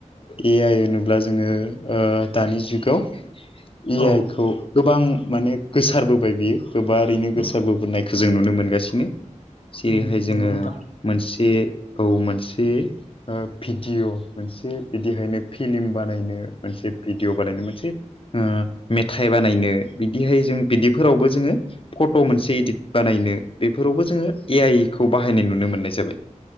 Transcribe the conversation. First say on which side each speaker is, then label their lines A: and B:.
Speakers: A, on the left; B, on the left.
A: ए आइ होनोब्ला जोङो दानि जुगाव ए
B: औ
A: आइ खौ गोबां माने गोसारबोबाय बियो गोबारैनो
B: उम
A: गोसारबोबोनायखौ जों नुनो मोनगासिनो जेरैहाय
B: उम
A: जोङो
B: नंगौ नोंथां
A: मोनसे औ मोनसे भिडिअ' मोनसे बिदिहायनो फिल्म बानायनो मोनसे भिडिअ बानायनो मोनसे मेथाइ बानायनो बिदिहाय जों बिदिफोरावबो जोङो फट' मोनसे इडिट बानायनो बेफोरावबो जोङो ए आइ खौ बाहायनाय नुनो मोननाय जाबाय